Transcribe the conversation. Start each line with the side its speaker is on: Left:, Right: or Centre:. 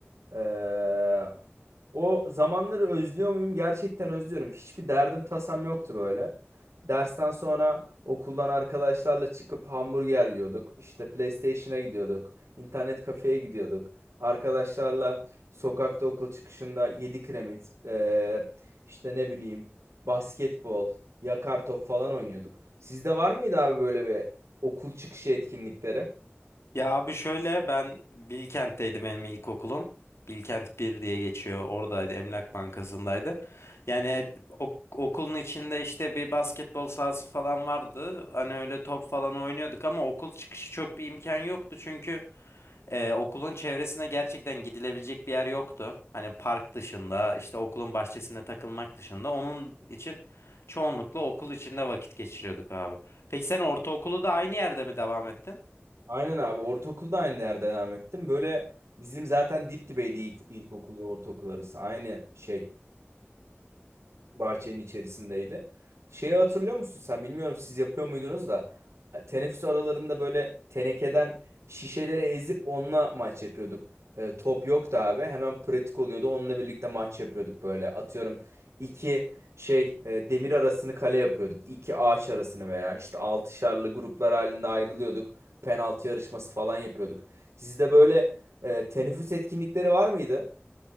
Right: Ee, o zamanları özlüyor muyum? Gerçekten özlüyorum. Hiçbir derdim tasam yoktu böyle. Dersten sonra okuldan arkadaşlarla çıkıp hamburger yiyorduk. İşte PlayStation'a gidiyorduk. İnternet kafeye gidiyorduk. Arkadaşlarla sokakta okul çıkışında 7 kiremit, ee, işte ne bileyim basketbol, yakar top falan oynuyorduk. Sizde var mıydı abi böyle bir okul çıkışı etkinlikleri?
Left: Ya abi şöyle ben Bilkent'teydi benim ilkokulum. Bilkent 1 diye geçiyor. Oradaydı. Emlak Bankası'ndaydı. Yani et- ok- okulun içinde işte bir basketbol sahası falan vardı. Hani öyle top falan oynuyorduk ama okul çıkışı çok bir imkan yoktu çünkü Ee, okulun çevresine gerçekten gidilebilecek bir yer yoktu. Hani park dışında, işte okulun bahçesinde takılmak dışında. Onun için çoğunlukla okul içinde vakit geçiriyorduk abi. Peki sen ortaokulu da aynı yerde mi devam ettin?
Right: Aynen abi ortaokulda aynı yerde devam ettim. Böyle bizim zaten dip dibeydi ilk, ilkokul ve ortaokul arası. Aynı şey bahçenin içerisindeydi. Şeyi hatırlıyor musun sen? Bilmiyorum siz yapıyor muydunuz da e, teneffüs aralarında böyle tenekeden şişeleri ezip onunla maç yapıyorduk. E, top yoktu abi. Hemen pratik oluyordu. Onunla birlikte maç yapıyorduk böyle. Atıyorum iki şey e, demir arasını kale yapıyorduk. İki ağaç arasını veya işte altışarlı gruplar halinde ayrılıyorduk. Penaltı yarışması falan yapıyorduk. Sizde böyle e, teneffüs etkinlikleri var mıydı?